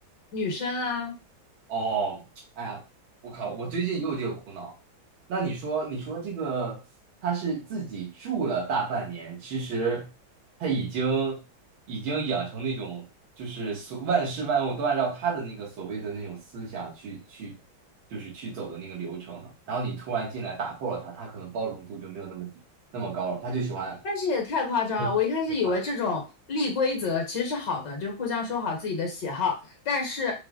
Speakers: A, on the left (about 60°); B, on the right (about 80°).
A: 女生啊，
B: 哦，哎呀，我靠，我最近也有这个苦恼。那你说，你说这个他是自己住了大半年，其实他已经已经养成那种就是所万事万物都按照他的那个所谓的那种思想去去就是去走的那个流程了。然后你突然进来打破了他，他可能包容度就没有那么低那么高了，他就喜欢
A: 但是也太夸张了！
B: 就喜欢的。
A: 我一开始以为这种立规则其实是好的，就是互相说好自己的喜好。但是